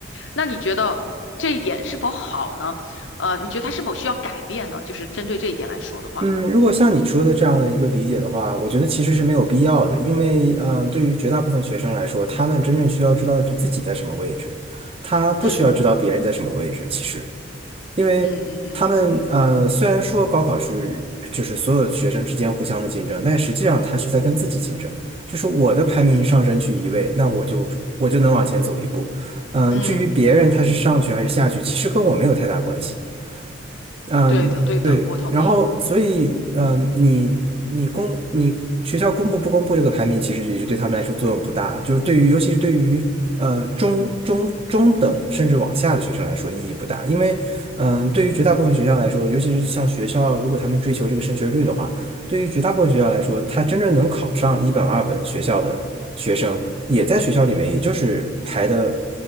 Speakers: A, on the left; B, on the right.
A: 那你觉得这一点是否好呢？呃，你觉得他是否需要改变呢？就是针对这一点来说的话，
B: 嗯，如果像你说的这样的一个理解的话，我觉得其实是没有必要的，因为呃，对于绝大部分学生来说，他们真正需要知道的是自己在什么位置，他不需要知道别人在什么位置。
A: 嗯
B: 其实，因为他们呃，
A: 嗯嗯嗯
B: 虽然说高考是就是所有学生之间互相的竞争，但实际上他是在跟自己竞争，就是我的排名上升去一位，
A: 嗯
B: 那我就我就能往前走一步。嗯，
A: 嗯，
B: 至于别人他是上去还是下去，
A: 嗯
B: 其实跟我没有太大关系。嗯，
A: 对的对的，
B: 对，
A: 我同意。
B: 然后所以，嗯，你你公你学校公布不公布这个排名，其实也就对他们来说作用不大，就是对于尤其是对于呃中中中等甚至往下的学生来说意义不大，因为嗯，对于绝大部分学校来说，尤其是像学校如果他们追求这个升学率的话，对于绝大部分学校来说，他真正能考上一本二本学校的学生，也在学校里面，也就是排的，